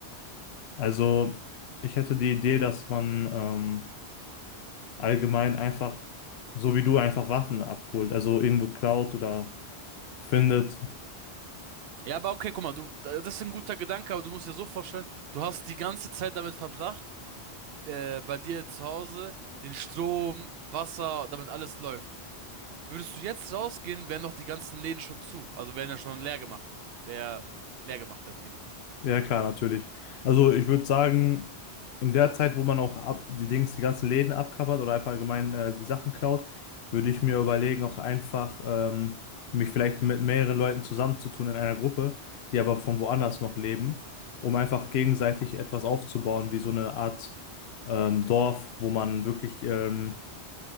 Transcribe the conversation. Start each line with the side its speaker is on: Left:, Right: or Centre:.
Left: also, ich hätte die Idee, dass man ähm, allgemein einfach, so wie du, einfach Waffen abholt. Also irgendwo klaut oder findet.
Right: Ja, aber okay, guck mal, du, das ist ein guter Gedanke, aber du musst dir so vorstellen, du hast die ganze Zeit damit verbracht, äh, bei dir zu Hause, den Strom, Wasser, damit alles läuft. Würdest du jetzt rausgehen, wären doch die ganzen Läden schon zu. Also wären ja schon leer gemacht. Wäre leer gemacht, das Ding.
Left: Ja, klar, natürlich. Also ich würde sagen, in der Zeit, wo man auch ab, die Dings, die ganzen Läden abkappert oder einfach allgemein äh, die Sachen klaut, würde ich mir überlegen, auch einfach ähm, mich vielleicht mit mehreren Leuten zusammenzutun in einer Gruppe, die aber von woanders noch leben, um einfach gegenseitig etwas aufzubauen, wie so eine Art ähm, Dorf, wo man wirklich ähm,